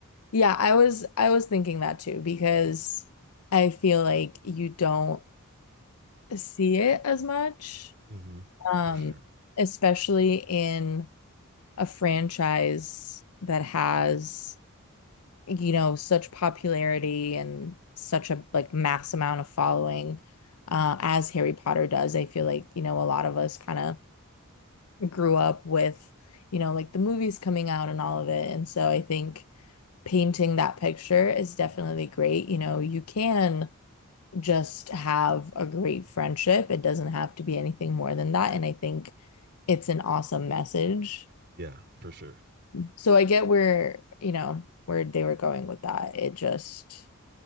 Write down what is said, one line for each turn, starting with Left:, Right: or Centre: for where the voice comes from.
Left: Yeah, I was I was thinking that too because I feel like you don't see it as much,
Right: hmm
Left: um,
Right: For sure.
Left: especially in a franchise that has, you know, such popularity and such a like mass amount of following, uh, as Harry Potter does. I feel like, you know, a lot of us kind of grew up with, you know, like the movies coming out and all of it. And so I think painting that picture is definitely great. You know, you can just have a great friendship, it doesn't have to be anything more than that. And I think it's an awesome message.
Right: Yeah, for sure.
Left: So I get where, you know, where they were going with that. It just